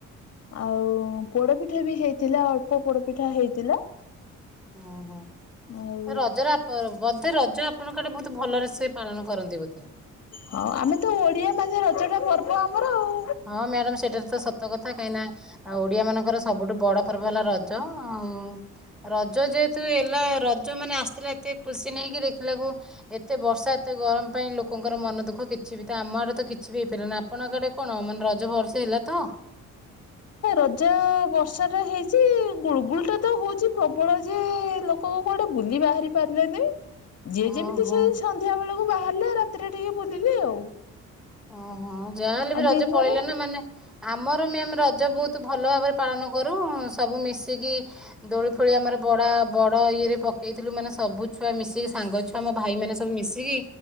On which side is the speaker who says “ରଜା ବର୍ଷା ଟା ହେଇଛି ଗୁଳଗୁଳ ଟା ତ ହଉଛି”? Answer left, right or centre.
Left